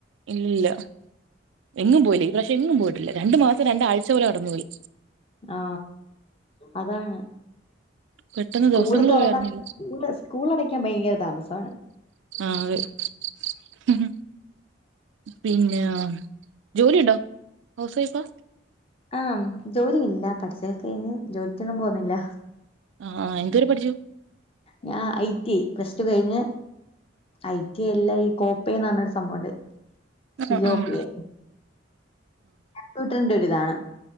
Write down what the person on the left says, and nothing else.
ആ അതാണ്
സ്കൂള്
തുറന്ന
സ്കൂൾ സ്കൂളട ഭയങ്കര താമസമാണ്
ആ ജോലിയില്ല പഠിച്ചൊക്കെ കഴഞ്ഞ് ജോലിക്കൊന്നും പോവുന്നില്ല
ഞാൻ ഐ ടി പ്ലസ് ടു കഴിഞ്ഞ് ഐ ടി എല്ല ഈ കോപ്പന്ന് പറഞ്ഞഒരു, സംഭണ്ട്
സിയോപിയെ
കമ്പ്യൂട്ടർ ന്റെ ഒരു ഇതാണ്